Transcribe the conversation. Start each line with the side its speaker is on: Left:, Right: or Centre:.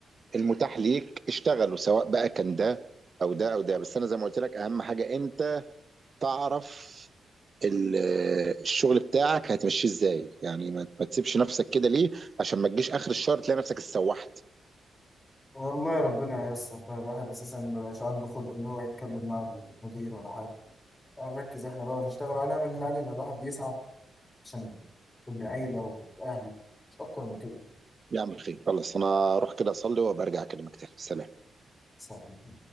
Right: المتاح ليك اشتغلوا سواء بقى كان ده او ده او ده بس انا زي ما قلت لك اهم حاجه انت تعرف ال- الشغل بتاعك هتمشيه ازاي يعني ما ما تسيبش نفسك كده ليه عشان ما تجيش اخر الشهر تلاقي نفسك اتسوحت
Left: والله ربنا ييسر بقى الواحد أساسا ما بقاش عنده خلق إن هو يتكلم مع المدير ولا حاجة، هنركز إحنا بقى ونشتغل وهنعمل اللي علينا، الواحد بيسعى عشان العيلة وأهله مش أكتر من كده،
Right: يا عم خير خلاص انا اروح كده اصلي وبرجع اكلمك تاني سلام
Left: صعب.